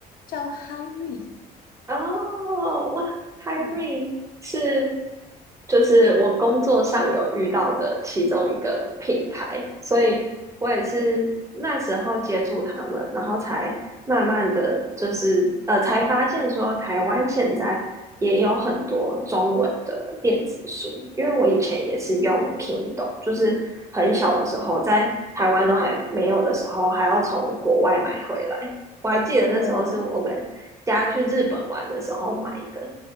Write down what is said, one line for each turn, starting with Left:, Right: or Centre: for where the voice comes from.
Left: 叫哈瑞，
Right: 哦，哇，Harry
Left: 对
Right: 是就是我工作上有遇到的其中一个品牌，所以我也是那时候接触他们，然后才慢慢的就是呃，才发现说台湾现在也有很多中文的电子书，因为我以前也是用 Kindle，就是很小的时候在台湾都还没有的时候，还要从国外买回来。我还记得那时候是我们家去日本玩的时候买的。
Left: 对，